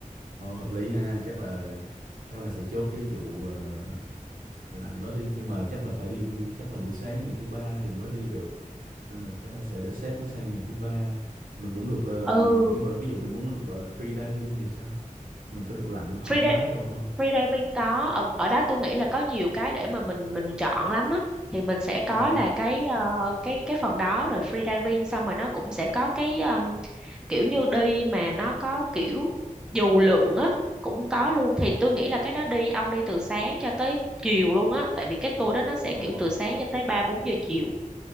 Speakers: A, on the right; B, in the centre.
A: ờ, hợp lý ha chắc là chắc là sẽ chốt cái vụ ờ, lặn đó đi nhưng mà chắc là phải đi chắc là buổi sáng ngày thứ ba thì mới đi được nên là chắc là sẽ để set nó sang ngày thứ ba mình cũng được ờ,
B: ừ
A: nhưng mà ví dụ mình muốn gọi là free diving thì sao mình có được lặn thoải
B: free
A: mái
B: dive-
A: đồ không
B: free diving có ở, ở đó tôi nghĩ là có nhiều cái để mà mình mình chọn lắm á thì mình sẽ có
A: Ồ,
B: là cái ờ, cái cái phần đó rồi free diving xong rồi nó cũng sẽ có cái kiểu như đi mà nó có kiểu dù lượn á cũng có luôn thì tôi nghĩ là cái đó đi ông đi từ sáng cho tới chiều luôn á tại vì cái tour đó nó sẽ
A: ờ
B: kiểu từ sáng cho tới ba bốn giờ chiều